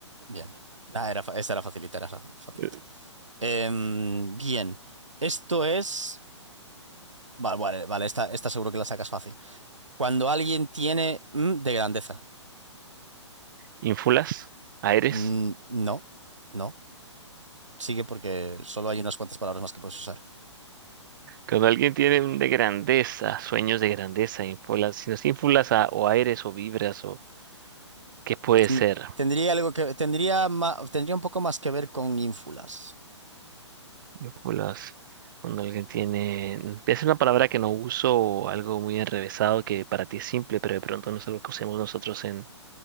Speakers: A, on the right; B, on the right.
A: Bien. Ah, era, fa- esa era facilita, era fa- facilita.
B: Eh,
A: Em, bien. Esto es. Vale, vale, vale, esta, esta seguro que la sacas fácil. Cuando alguien tiene mm, de grandeza.
B: Ínfulas, aires.
A: Mm, no, no. Sigue porque solo hay unas cuantas palabras más que puedes usar.
B: Cuando alguien tiene un de grandeza, sueños de grandeza, ínfulas, si no es ínfulas a- o aires o vibras o qué puede
A: Ten-
B: ser,
A: Tendría algo que tendría ma- tendría un poco más que ver con ínfulas.
B: ínfulas. Cuando alguien tiene, mm, es una palabra que no uso o algo muy enrevesado que para ti es simple, pero de pronto no es lo que usemos nosotros en,